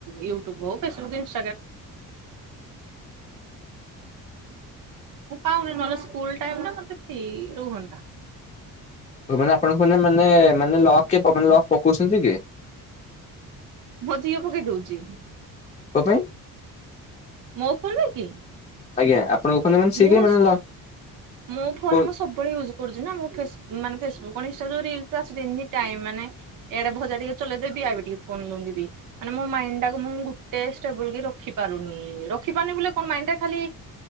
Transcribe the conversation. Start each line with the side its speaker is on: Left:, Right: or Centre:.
Right: ୟୁଟ୍ୟୁବ ହଉ ଫେସବୁ ୍ରାବ ଦେ୍ଁନି ନ <unintelligible> ଟାଇ ନା କ ସେ ରୁହନ୍ତା। <unintelligible>
Left: <inaudible> ମାନେ ଆପଣଙ୍କୁ ମାନେ ମାନେ ମାନେକ୍ ମାନେ ଲକ୍ ପକଉଛନ୍ତି କି?
Right: ମୋ ଝିଅ ପକେଇ ଦଉଛି,
Left: ମୋ ପାଇଁ
Right: ମୋ ଫୋନରେ କି?
Left: ଆଜ୍ଞା? ଆପଣଙ୍କ ଫୋନରେ ମାନେ ସିଏ
Right: ମୁଁ
Left: କିଏ ମାନେ ଲକ୍
Right: ମୋ ଫୋନ
Left: କୁହନ୍ତୁ
Right: ମୁଁ ସବୁବେଳେ ଇଉଜ କରୁଛି ନା ମାନେ ଫେସବୁକ କଣଇସା ରିାଇ ମାନେ ଏଆଡେ ଭଜା ଟିକେ ଚେଇଦ ଦେବି ଆ ଟିକେ ଫୋନ ଲିବି <unintelligible> ମାନେ ମୋ ମାଇଣ୍ଡ ଟାକୁ ମୁଁ ଗୋଟେ ଷ୍ଟେବୁଲ କି ରଖି ପାରୁନି, ରଖି ପାରୁନି ବୋ କଣ ମାଇ ଟା ଖାଲି